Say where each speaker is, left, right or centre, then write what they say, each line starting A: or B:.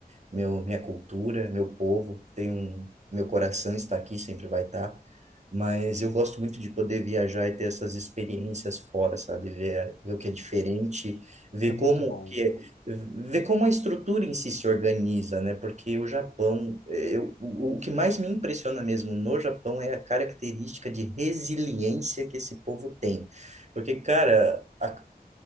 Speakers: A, on the right (about 45°); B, on the left (about 75°).
A: meu, minha cultura, meu povo, tem um, meu coração está aqui, sempre vai estar. Mas eu gosto muito de poder viajar e ter essas experiências fora, sabe? Ver, ver o que é diferente, ver
B: é muito
A: como
B: bom.
A: que é, ver como a estrutura em si se organiza, né? Porque o Japão, eh, eu, o o que mais me impressiona mesmo no Japão é a característica de resiliência que esse povo tem. Porque, cara, a